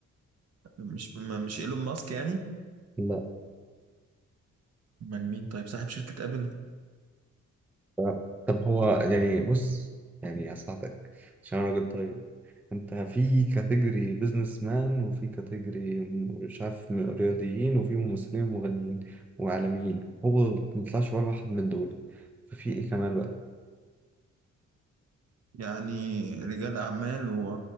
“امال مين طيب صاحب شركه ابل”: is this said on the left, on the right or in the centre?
Right